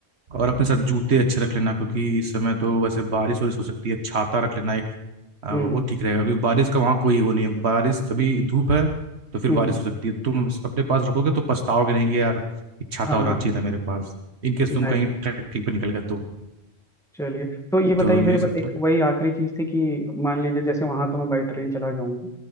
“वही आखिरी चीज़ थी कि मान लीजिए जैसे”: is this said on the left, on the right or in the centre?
Centre